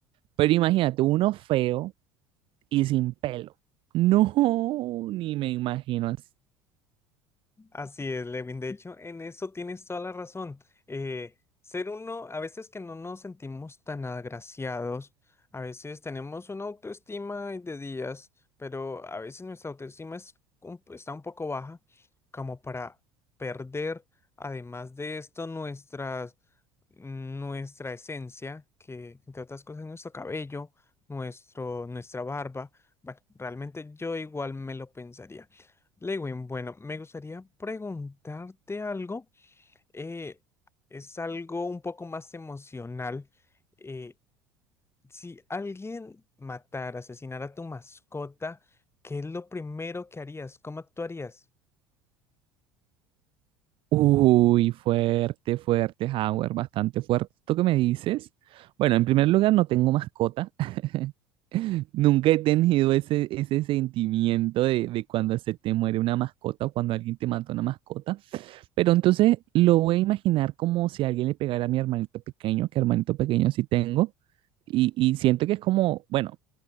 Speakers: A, on the right; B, on the left.
A: Pero imagínate, uno feo y sin pelo. No, ni me imagino así.
B: Así es, Lewin. De hecho, en eso tienes toda la razón. Eh, ser uno, a veces que no nos sentimos tan agraciados, a veces tenemos una autoestima de días, pero a veces nuestra autoestima es un- está un poco baja, como para perder, además de esto, nuestras, nuestra esencia, que entre otras cosas es nuestro cabello, nuestro, nuestra barba. Bueno, realmente yo igual me lo pensaría. Lewin, bueno, me gustaría preguntarte algo. eh, es algo un poco más emocional. eh, si alguien matara, asesinara a tu mascota, ¿qué es lo primero que harías? ¿Cómo actuarías?
A: Uy, fuerte, fuerte, Howard, bastante fuerte. ¿Esto que me dices? Bueno, en primer lugar, no tengo mascota. <laughs> Nunca he tenido ese, ese sentimiento de, de cuando se te muere una mascota o cuando alguien te mata una mascota. Pero entonces lo voy a imaginar como si alguien le pegara a mi hermanito pequeño, que hermanito pequeño sí tengo. Y, y siento que es como, bueno,